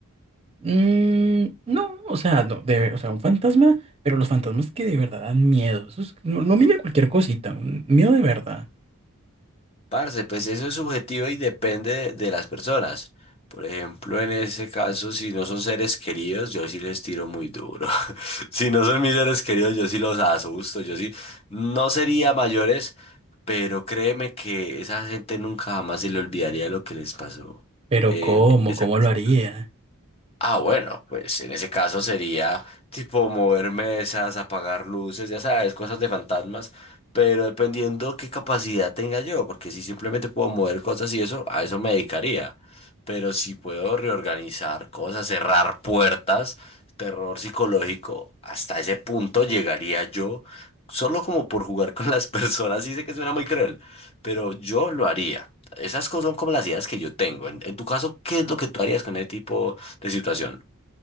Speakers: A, on the right (about 25°); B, on the left (about 25°).
A: Mm, no, o sea, no, de- o sea, un fantasma, pero los fantasmas que de verdad dan miedo. esos- no, no mira cualquier cosita, un miedo de verdad.
B: Parce, pues eso es subjetivo y depende de, de las personas. Por ejemplo, en ese caso, si no son seres queridos, yo sí les tiro muy duro. <laughs> Si no son mis seres queridos, yo sí los asusto. Yo sí, no sería mayores, pero créeme que esa gente nunca jamás se le olvidaría lo que les pasó
A: Pero
B: en
A: ¿cómo?
B: en esa
A: ¿Cómo
B: casa.
A: lo haría?
B: Ah, bueno, pues en ese caso sería tipo mover mesas, apagar luces, ya sabes, cosas de fantasmas, pero dependiendo qué capacidad tenga yo, porque si simplemente puedo mover cosas y eso, a eso me dedicaría. Pero si puedo reorganizar cosas, cerrar puertas, terror psicológico, hasta ese punto llegaría yo, solo como por jugar con las <laughs> personas, y sé que suena muy cruel, pero yo lo haría. Esas cosas son como las ideas que yo tengo. En, en tu caso, ¿qué es lo que tú harías con ese tipo? de situación.